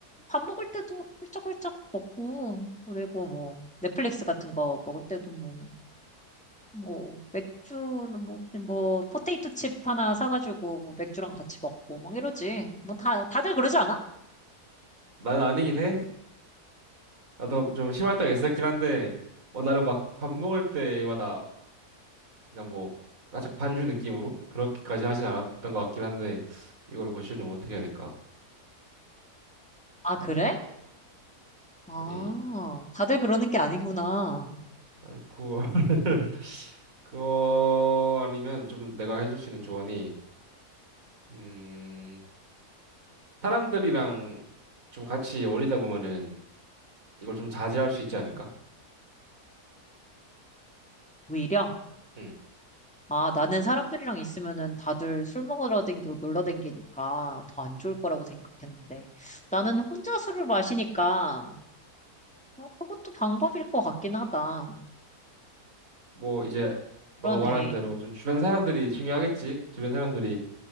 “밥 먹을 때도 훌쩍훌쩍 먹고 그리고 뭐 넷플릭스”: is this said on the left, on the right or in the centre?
Centre